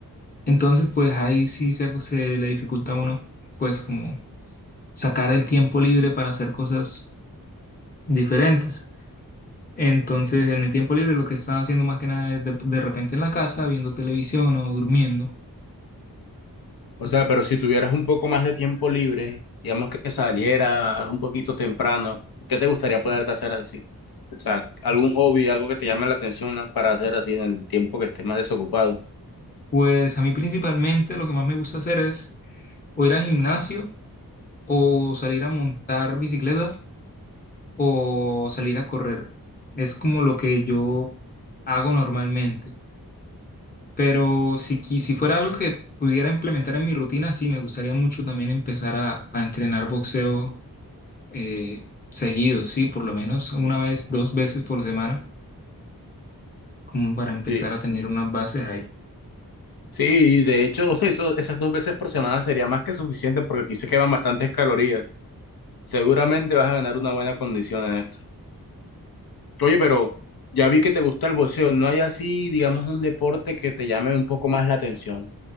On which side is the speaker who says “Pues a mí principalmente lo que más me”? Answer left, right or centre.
Left